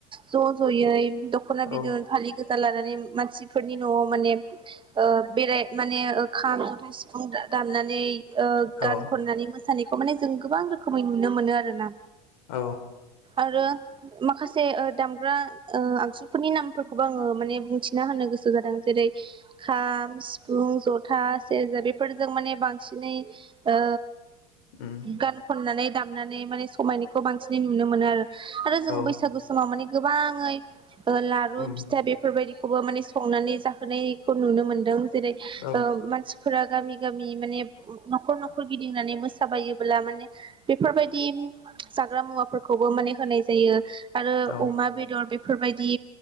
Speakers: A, on the right; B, on the left.
A: ज' ज'यै दख'ना
B: औ
A: बिदन फालि गो जा लानानै मानसिफोरनि न'आव माने ओ बेराय माने ओ खाम जथा सिफुं दामनानै ओ
B: औ
A: गान खननानै मो सानायखौ माने जों गोबां रोखोमै नुनो मोनो आरो ना।
B: औ
A: आरो माखासे ओ दामग्रा ओ आगजुफोरनि नामफोरखौबो आङो माने बुंथिना होनो गोसो जादों। जेरै-खाम, सिफुं जथा, सेरजा बेफोरजों माने बांसिनै ओ।
B: उम
A: गान खन्नानै दामनानै माने समायनायखौ बांसिनै नुनो मोनो आरो। आरो जोङो
B: औ
A: बैसागु समाव माने गोबाङै ओ लारु
B: उम
A: फिथा बेफोरबायदि खौबो माने संनानै जाहोनायखौ नुनो मोन्दों। जेरै
B: औ
A: ओ मानसि फोरा गामि गामि माने न'खर न खर गिदिंनानै मोसा साबायोब्ला माने बेफोरबायदि जाग्रा मुवाफोरखौबो माने होनाय जायो। आरो
B: औ
A: अमा बेदर बे फोरबायदि